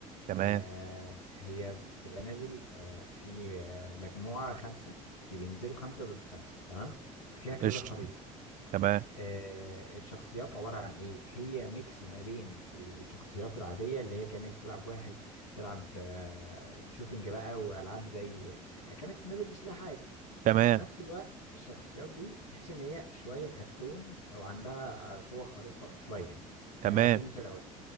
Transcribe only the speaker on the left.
آه هي بتبقى نازل آه في آه مجموعة خمسة في بينزلوا خمسة ضد خمسة تمام فيها كذا
خريطة
آه الشخصيات عبارة عن ايه هي ميكس ما بين ال- الشخصيات العادية اللي هي كأنك بتلعب واحد بتلعب آه شوتينج بقى وألعاب زي آه كأنك نازل بسلاح عادي
في نفس الوقت الشخصيات دي تحس ان هي شوية كرتون وعندها آه قوة خارقة شوية يعني
يعني على سبيل المثال الأول